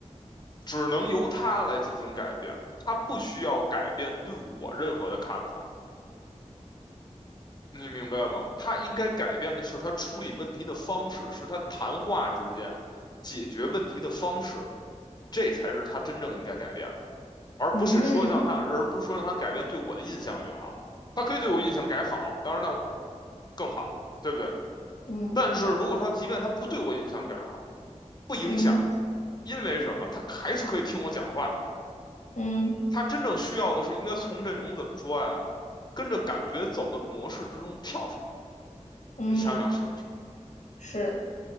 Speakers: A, on the left (about 35°); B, on the left (about 85°).
A: 只能由他来进行改变。他不需要改变对我任何的看法，你明白吗？他应该改变的是他处理问题的方式，是他谈话之间解决问题的方式，这才是他真正应该改变的，而不是说让他，
B: 嗯
A: 而不是说让他改变对我的印象越好。他可以对我印象改好，当然那更好，对不对？
B: 嗯
A: 但是如果说即便他不对我印象改好，不影响。
B: 嗯
A: 因为什么？他还是可以听我讲话。
B: 嗯
A: 他真正需要的是应该从这种怎么说呀，跟着感觉走的模式之中跳出来。
B: 嗯，
A: 你想想是不是？
B: 是，